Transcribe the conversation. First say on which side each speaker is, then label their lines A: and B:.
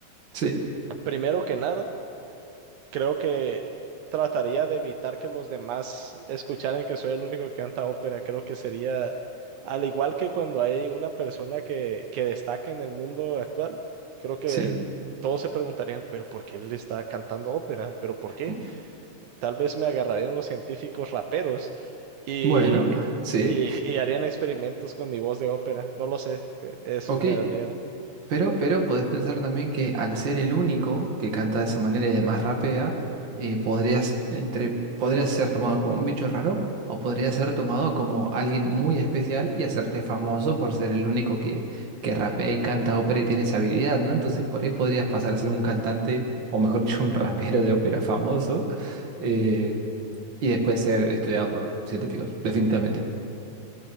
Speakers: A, on the right; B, on the right.
A: sí,
B: primero que nada, creo que trataría de evitar que los demás escucharan que soy el único que canta ópera. Creo que sería, al igual que cuando hay una persona que, que destaca en el mundo actual, creo que
A: sí.
B: todos se preguntarían, pero ¿por qué él está cantando ópera? ¿Pero por qué?
A: M-
B: Tal vez me agarrarían los científicos raperos y,
A: Bueno, sí.
B: y, y harían experimentos con mi voz de ópera. No lo sé, eh, eso
A: Ok.
B: me da miedo.
A: Pero, pero podés pensar también que al ser el único que canta de esa manera y además rapea, eh, podrías, entre, podrías ser tomado como un bicho raro o podrías ser tomado como alguien muy especial y hacerte famoso por ser el único que, que rapea y canta ópera y tiene esa habilidad, ¿no? Entonces por ahí podrías pasar a ser un cantante, o mejor <laughs> dicho, un rapero de ópera famoso, eh, y después ser estudiado por científicos, definitivamente.